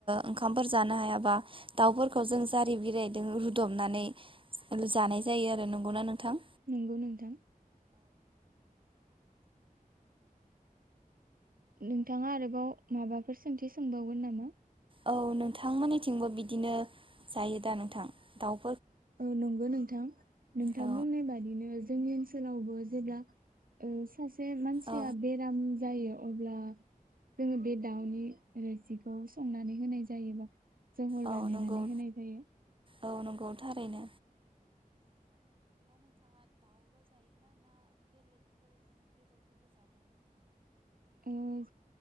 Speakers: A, on the right; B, on the right.
A: ओंखाम फोर जानो हायाबा दाउफोरखौ जों जारि बिलाइजों रुदबनानै जानाय जायो आरो नंगौ ना नोंथां‌।
B: नंगौ नोंथां। नोंथां आरोबाव माबाफोर सों सोंथि सोंबावगोन नामा?
A: औ नोंथांमोननि थिंबो जायोदा नोंथां दाउ
B: औ नंगौ नोंथां नोंथांमोननि
A: औ
B: बादिनो जोंनि ओनसोलावबो जेब्ला ओ सासे मानसिया
A: औ
B: बेराम जायो अब्ला जोङो बे दाउनि रोसिखौ संनानै होनाय जायोबा जहल
A: औ
B: बानायनानै
A: नंगौ
B: होनाय जायो
A: औ नंगौ थारैनो
B: ओ‌‌